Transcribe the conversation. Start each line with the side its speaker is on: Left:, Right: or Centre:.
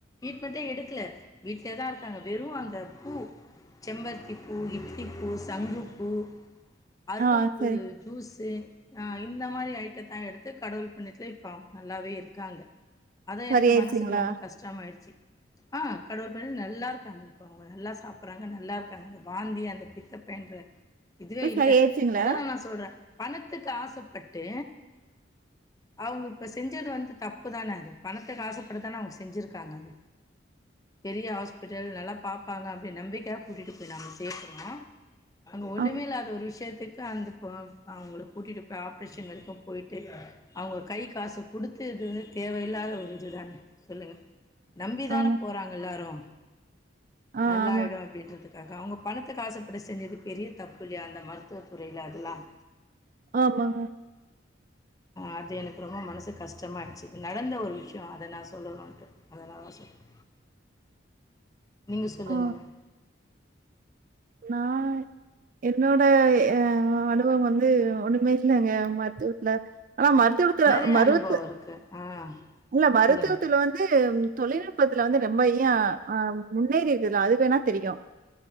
Left: இப்பதிக்கு எடுக்கல வீலதான் இருக்காங்க வெறும் அந்த பூ செம்பருத்தி பூ இட்லி பூ சங்குப்பூ அருகம்புல்
Right: ஆ சரி.
Left: ஜுஸ்சு ஆ இந்த மாதிரி ஐட்ட தான் எடுத் கடவுள் புண்ணித்ல இப்ப நல்லாவே இருக்காங்க அதான்
Right: சரியாயிருச்சுங்களா?
Left: எனக்கு மனஸ் ரொம்ப கஷ்டம ஆயிடுச்சு ஆஹ் கடவுள் படி நல்லா இருக்காங்க இப்ப அவங்க நல்லா சாப்பிடடுறாங்க நல்லா இருக்காங்க வாந்தி அந்த பித்தப்பைன்ற இதுவே
Right: போய்
Left: இல்ல
Right: சரியாயிருச்சுங்களா?
Left: அததான் நான் சொல்றேன் பணத்துக்கு ஆசைப்பட்டு அவங்க இப்ப செஞ்சது வந்து தப்புதானே அது பணத்துக்கு ஆசைப்ப அப்படி தானே அவுங்க செஞ்சுருக்காங்க பெரிய ஹாஸ்பிட்டல் நல்லா பாப்பாங்க அப்படி நம்பிக்கையா கூட்டிகிட்டு போய் நாம சேர்க்குறோம் அங்க ஒண்ணுமே
Right: ஆ
Left: இல்லாத ஒரு விஷயத்து எதுக்கு அந்த இப்போ அவங்க கூட்டிகிட்டு போய் ஆப்ரேஷன் வரைக்கும் போய்ட்டு அவங்க கை காசு கொடுத்து இது வந்து தேவையில்லாத ஒரு இது தானே சொல்லுங்க நம்பி தானே
Right: ஆமாங்க.
Left: போறாங்க எல்லாரும்
Right: ஆ
Left: நல்லாயிடும்
Right: ஆமாங்க.
Left: அப்படின்றதுக்கு அவுங்க பணத்துக்கு ஆசப்பட்டு செஞ்சது பெரிய தப்பு இல்லியா அந்த மருத்துவ துறையில அதுலாம்
Right: ஆமாங்க
Left: அது எனக்கு ரொம்ப மனசு கஷ்டமாயிடுச்சு நடந்த ஒரு விஷயம் அதை நான் சொன் சொல்லணட்டு அதனால தா சொல்லுவே நீங்க சொல்லுங்க
Right: ஆ
Left: மேம்
Right: நான் என்னோடய அனுபவம் வந்து ஒண்ணுமே இல்லைங்க மருத்துவத்துல ஆனா மருத்துவத்துல
Left: நெறைய
Right: மருவத்து
Left: அனுபவம் இருக்கு. ஆ
Right: இல்ல மருத்துவத்துல
Left: சொல்லுங்க.
Right: வந்து தொழில் பத் இதுல வந்து ரொம்ப யா என்னது இதுல அது வேணா தெரியும்